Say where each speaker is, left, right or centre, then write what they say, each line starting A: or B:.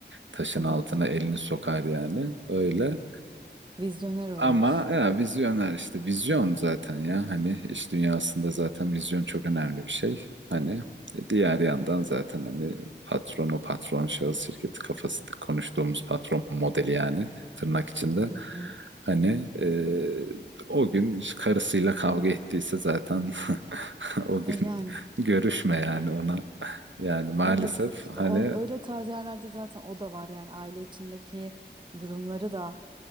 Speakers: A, on the right; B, on the right.
A: taşın
B: Evet.
A: altına elini sokar yani öyle
B: Vizyoner olur.
A: ama ya, vizyoner işte vizyon zaten ya hani iş dünyasında zaten vizyon çok önemli bir şey. Hani e, diğer yandan zaten hani patron o patron şahıs şirketi kafası konuştuğumuz patron modeli yani tırnak içinde.
B: Hı hı.
A: Hani e, o gün karısıyla kavga ettiyse zaten <laughs> o gün
B: E yani
A: görüşme yani ona. Yani maalesef
B: evet işte
A: hani
B: o, öyle tarz yerlerde zaten o da var yani aile içindeki durumları da